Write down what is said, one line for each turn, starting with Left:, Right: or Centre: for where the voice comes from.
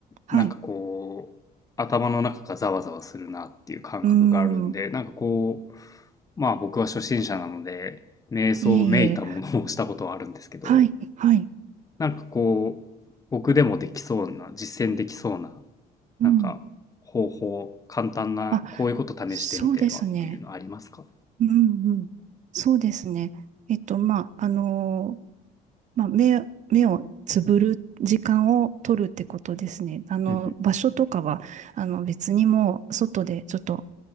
Right: はい。
Left: なんかこう、頭の中がざわざわするなっていう感覚があるんで、
Right: うーん、
Left: なんかこう、まあ僕は初心者なので、瞑想めいたものをしたことはあるんですけど、
Right: いえいえ、はい、はい。
Left: なんかこう、僕でもできそうな、実践できそうな、
Right: うん。
Left: なんか方法、簡単な、
Right: あ、
Left: こういうこと試してみてはっていうのありますか
Right: そうですね。うん、うん。そうですね。えっと、まあ、あのまあ、目、目をつぶる時間を取るってことですね。あの、
Left: うんうん。
Right: 場所とかは、あの、別にもう外でちょっと